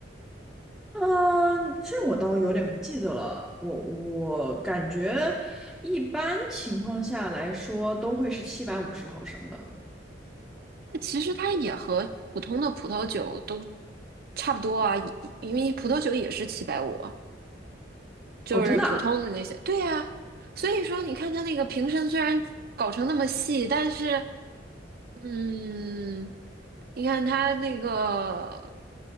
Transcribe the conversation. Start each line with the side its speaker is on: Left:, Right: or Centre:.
Centre: <laughs> 嗯，这我倒有点不记得了。我我感觉一般情况下来说都会是七百五十毫升的。
Right: 其实它也和普通的葡萄酒都差不多啊，因因为葡萄酒也是七百五，就是普通的那些。
Centre: 哦，真的？
Right: 对呀，所以说你看它那个瓶身虽然搞成那么细，但是，嗯，你看它那个